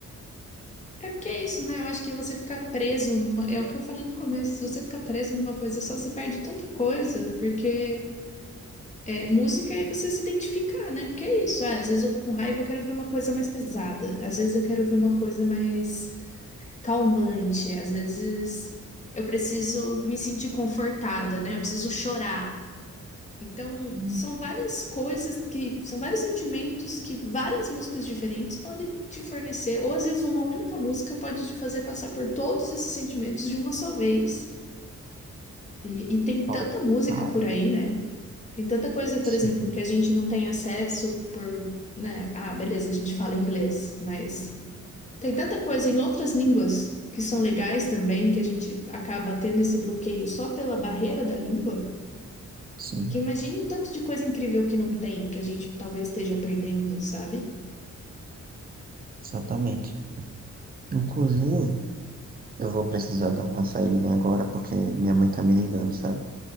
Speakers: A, on the left; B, on the right.
A: É porque é isso, né? Eu acho que você ficar preso numa. É o que eu falei no começo. Se você ficar preso numa coisa só, você perde tanta coisa. Porque é, música é você se identificar, né? Porque é isso. Ah, às vezes eu tô com raiva, eu quero ver uma coisa mais pesada. Às vezes eu quero ver uma coisa mais calmante. Às vezes eu preciso me sentir confortada, né? Eu preciso chorar. Então,
B: Sim.
A: são várias coisas que, são vários sentimentos que várias músicas diferentes podem te fornecer, ou às vezes uma única música pode te fazer passar por todos esses sentimentos de uma só vez. E, e tem
B: Total.
A: tanta música por aí, né? Tem tanta coisa, por
B: Sim,
A: exemplo, que a gente não tem acesso por, né? Ah, beleza, a gente fala inglês, mas tem tanta coisa em outras línguas que são legais também, que a gente acaba tendo esse bloqueio só pela barreira da língua.
B: sim,
A: Que imagine o tanto de coisa incrível que não tem, que a gente talvez esteja perdendo, sabe?
B: exatamente. Inclusive, eu vou precisar dar uma saída agora porque minha mãe tá me ligando, sabe?